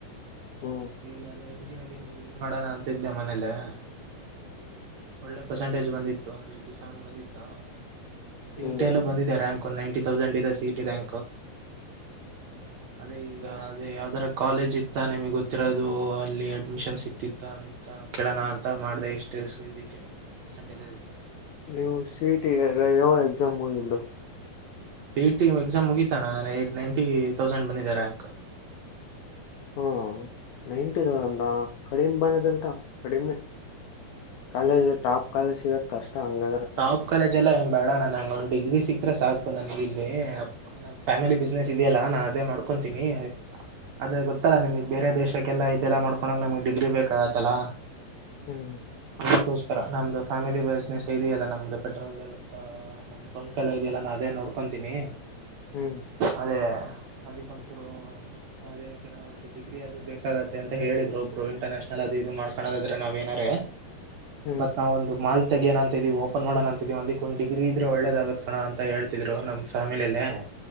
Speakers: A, on the left (about 80°); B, on the right (about 75°).
A: ಹ್ಮ್
B: ಈಗ ಅದೇ ಇಂಜಿನಿಯರಿಂಗ್ ಈ ಮಾಡೋಣ ಅಂತ ಇದೆ ಮನೇಲ್ಲ <inaudible> ಒಳ್ಳೆ ಪರ್ಸೆಂಟೇಜ್ ಬಂದಿತ್ತು ಒಂದು ಏಟಿ ಸೆವೆನ್ ಬಂದಿತ್ತಾ ಸೀಟ್
A: ಹ್ಮ್
B: ಎಲ್ಲ ಬಂದಿದೆ ರಂಕ್ ಒಂದು ನೈಂಟಿ ೌಸ್ ಇದೆ ಸಿಟಿ ರಂ ಅದೇ ಈಗ <unintelligible> ಯಾವ್ದರ ಕಾಲೇಜ್ ಇತ್ತ ನಿಮಗೆ ಗೊತ್ತಿರೋದು ಅಲ್ಲಿ ಅಡ್ಮಿಷನ್ ಸಿಕ್ತಿತ್ತ ಅಂತ ಕೇಳೋಣ ಅಂತ ಮಾಡ ಇಷ್ಟ ಇದಕ್ಕೆ ಪರ್ಸೆಂಟೇಜ್ ಇದಕ್ಕೆ <unintelligible>
A: ನೀವು ಸಿಟಿ ಯಾವ ಎಕ್ಸಾಮ್ ಹೋದಿಲ್ಲ <unintelligible>
B: ಸಿಟಿ ಎಕ್ಸಾಮ್ ಮುಗೀಿತಣ ನೈಂಟಿ ತೌಸಂಡ್ ಬಂದಿದೆ ರಂಕ್
A: ಹಾ ನೈಂಟಿ ತೌಸಂಡಾ <unintelligible> ಕಡಿಮೆ ಬಂದದಟಾ ಕಡಿಮೆ ಕಾಲೇಜ್ ಟಾಪ್ ಕಾಲೇಜ್ ಸಿಗದ ಕಷ್ಟ ಹಂಗಾದ್ರ
B: ಟಾಪ್ ಕಾಲೇಜ್ ಎಲ್ಲ ಏನ್ ಬೇಡಣ ನಂಗ ಒಂದ ಡಿಗ್ರಿ
A: ಹ್ಮ್
B: ಸಿಕ್ತ ಸಾ <inaudible> ನನ ಇಲ್ಲಿ ಫ್ಯಾಮಿಲಿ ಬಿಸ್ನೆಸ್ ಇದೆಯಲ್ಲ ನಾ ಅದೇ ಮಾಡ್ ಮಾಡ್ಕೊಂತೀನಿ ಆದ್ರೆ ಗೊತ್ತಲ್ಲ ನಿಮಗ್ ಬೇರೆ ದೇಶಕ್ಕೆಲ್ಲ ಇದೆಲ್ಲ ಮಾಡ್ ಕೊನಂಗೆ ನಮಗೆ ಡಿಗ್ರಿ ಬೇಕಾಗತ್ತಲ್ಲ
A: ಹ್ಮ್
B: ಅದಕ್ಕೋಸ್ಕರ ನಮ್ದು ಫ್ಯಾಮಿಲಿ ಫ್ಯಾಮಿಲಿ ಬಿಸಿನೆಸ್ ಇದೆಯಲ್ಲ ನಮ್ದು ಪೆಟ್ರೋಲ್ ಎಲ್ಲ ನಮ್ ಬಂಕ್ ಎಲ್ಲ ಇದೆಯಲ್ಲ ನಾ ಅದೇ ನೋಡ್ಕೊಂತೀನಿ
A: ಹ್ಮ್
B: ಅದೇ ಅದಕ್ಕ ಒಂಚೂರು ಅದೇ ಕೆ ಒಂ ಡಿಗ್ರಿ ಅದು ಬೇಕಾಗತ್ತೆ ಅಂತ ಹೇಳಿದ ಒಬ್ರು ಇಂಟರ್ನ್ಯಾಷನಲ್ ಅದು ಇದು ಮಾಡ್ಕೋದ್ರೆ ನಾವ ಏನಾರೆ
A: ಹ್ಮ್
B: ಮತ್ ನಾವ್ ಒಂದು ಮಾಲ್ ತಗಿಯಣ ಅಂತಿದೀವಿ ಓಪನ್ ಮಾಡೋಣ ಅಂತಿದೀ ಅಂದಿಕ್ ಒಂದು ಡಿಗ್ರಿ ಇದ್ರೆ ಒಳ್ಳದಾಗ ಕಣ ಅಂತ ಹೇಳ್ತವಿ ಹೇಳ್ತಿದ್ರು ನಮ್ ಫ್ಯಾಮಿಲಿಯಲ್ಲಿ.